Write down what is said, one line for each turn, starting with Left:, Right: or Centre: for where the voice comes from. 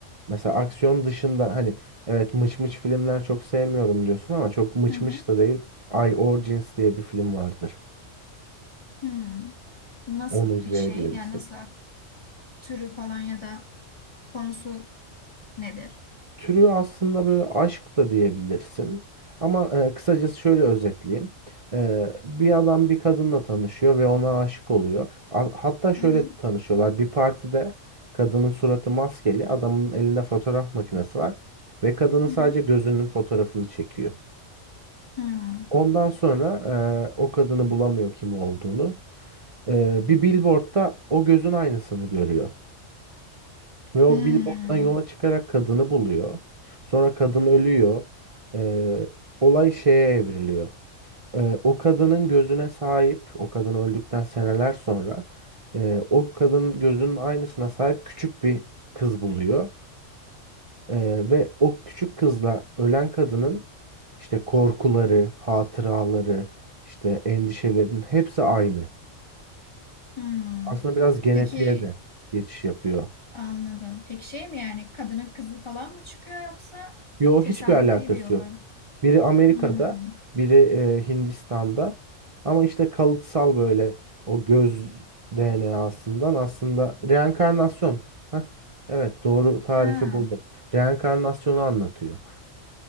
Right: Mesela aksiyon dışında hani evet mıç mıç filmler çok sevmiyorum diyorsun ama çok mıç
Left: Hı hı.
Right: mıç da değil. I Origins diye bir film vardır.
Left: Hmm. Nasıl
Right: Onu izleyebiliriz.
Left: bir şey? Yani nasıl türü falan ya da konusu nedir?
Right: Türü aslında böyle aşk da diyebilirsin. Ama e, kısacası şöyle özetleyeyim. E, bir adam bir kadınla tanışıyor ve ona aşık oluyor. A- hatta şöyle
Left: Hı hı.
Right: tanışıyorlar. Bir partide kadının suratı maskeli, adamın elinde fotoğraf makinesi var ve kadının sadece
Left: Hı hı.
Right: gözünün fotoğrafını çekiyor.
Left: Hı.
Right: Ondan sonra e, o kadını bulamıyor kim olduğunu. E, bir billboardda o gözün aynısını görüyor. Ve o
Left: Hmm,
Right: billboarddan yola çıkarak kadını buluyor. Sonra kadın ölüyor. Ee, olay şeye evriliyor. Ee, o kadının gözüne sahip, o kadın öldükten seneler sonra e, o kadın gözünün aynısına sahip küçük bir kız buluyor. Ee, ve o küçük kızla ölen kadının işte korkuları, hatıraları, işte endişelerinin hepsi aynı.
Left: hmm.
Right: Aslında biraz genetiğe
Left: Peki
Right: de geçiş yapıyor.
Left: anladım. Peki şey mi yani kadının kızı falan mı çıkıyor yoksa
Right: Yo
Left: tesadüfi
Right: hiçbir alakası
Left: bir olay
Right: yok.
Left: mı?
Right: Biri Amerika'da,
Left: Hmm.
Right: biri e, Hindistan'da. Ama işte kalıtsal böyle o göz DNA'sından aslında reenkarnasyon. Heh, evet doğru tarifi
Left: Ha,
Right: buldum. Reenkarnasyonu anlatıyor.